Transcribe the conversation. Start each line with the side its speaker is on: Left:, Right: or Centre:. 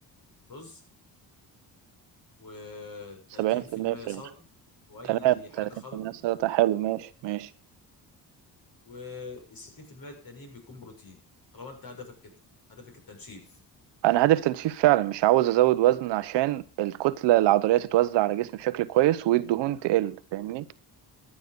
Left: رز و30%
Right: 70% فراخ
Left: سلطة وأي
Right: تمام
Left: حاجة
Right: 30%
Left: خضراء
Right: سلطة حلو ماشي ماشي
Left: وال60% التانيين بيكون بروتين طالما أنت هدفك كده هدفك التنشيف
Right: أنا هدف تنشيف فعلا مش عاوز أزود وزن عشان الكتلة العضلية تتوزع على جسمي بشكل كويس والدهون تقل فاهمني